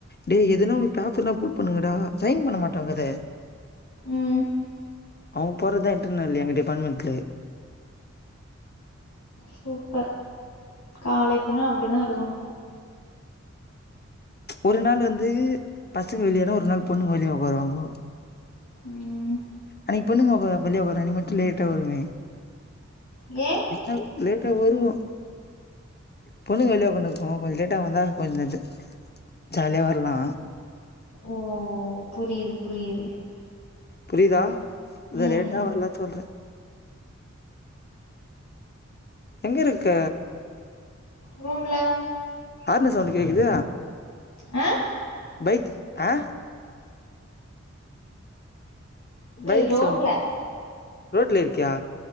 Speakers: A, on the left; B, on the left.
A: டேய் எதுனா ஒரு பேப்பர்னா ஃபுல் பண்ணுங்கடா சைன் பண்ண மாட்டாங்க அத
B: ம்
A: அவங்க போட்றதுதா இன்டர்னல் எங்க டிபார்ட்மெண்ட்டு
B: சூப்பர் காலேஜ்ன்னா அப்டிதா இருக்கணு
A: ஒரு நாள் வந்து பசங்க வெளியனா ஒரு நாள் பொண்ணுங்க வெளிய உக்காருவாங்க
B: ம்
A: அன்னிக்கி பொண்ணுங்க உக்கார வெளிய உக்காரன்னிக்கி மட்டு லேட்டா வருவே
B: ஏ
A: எதனால லேட்டா வருவோ பொண்ணுங்க வெளிய உக்காந்துனு இருக்கு கொஞ்சோ லேட்டா வந்தா கொஞ்சோ ஜாலியா வரலா
B: ஓ புரியுது புரியுது
A: புரியுதா அ தா
B: ம்
A: லேட்டா வரலா சொல்ற எங்க இருக்க
B: ரூம்ல
A: ஹாரென் சவுண்டு கேக்குது
B: ஆ
A: பைக் அ
B: இது
A: பைக்
B: ரோட்ல
A: சவுண்ட், ரோட்ல இருக்கியா